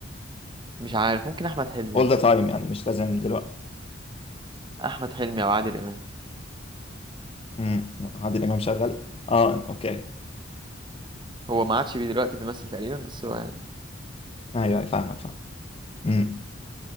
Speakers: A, on the right; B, on the left.
A: مش عارف ممكن احمد حلمي
B: all
A: مثلا
B: the time يعني مش لازم دلوقتي
A: احمد حلمي او عادل امام
B: امم عادل امام شغال اه اوكي
A: هو ما عادش بي- دلوقتي بيمثل تقريبا بس هو يعني
B: ايوه أيوة، فاهمك فاهمك مم.